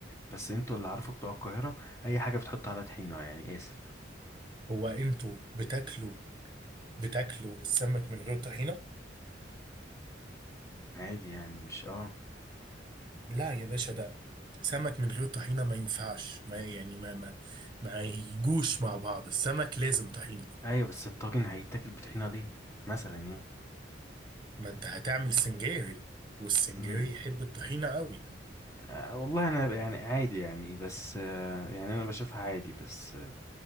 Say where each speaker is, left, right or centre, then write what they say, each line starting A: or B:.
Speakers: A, on the left (about 15°); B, on the right (about 25°).
A: بس انتوا اللي عارفوا بتوع القاهرة اي حاجة بتحط عليها طحينة يعني اسف
B: هو انتوا بتاكلوا بتاكلوا السمك من غير طحينة
A: عادي يعني مش اه
B: لا يا باشا ده سمك من غير طحينة ما ينفعش ما يعني ما ما ما يجوش مع بعض السمك لازم طحينة
A: ايوه بس الطاجن هيتاكل بطحينة ليه مثلا يعني
B: ما انت هتعمل سنجاري والسنجاري
A: مم.
B: يحب الطحينة قوي
A: آه والله انا يعني عادي يعني بس آه يعني انا بشوفها عادي بس آه